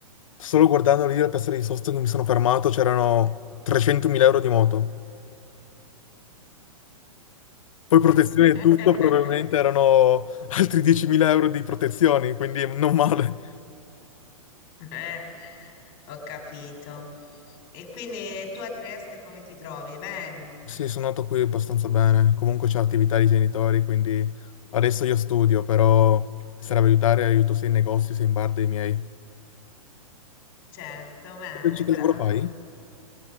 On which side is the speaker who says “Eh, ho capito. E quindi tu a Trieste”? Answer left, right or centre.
Left